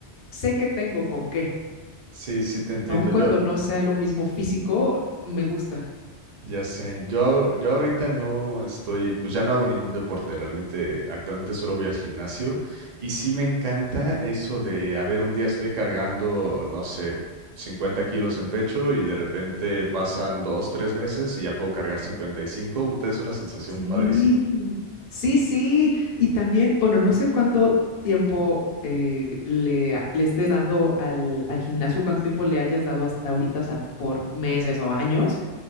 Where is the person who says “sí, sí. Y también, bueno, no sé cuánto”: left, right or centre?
Left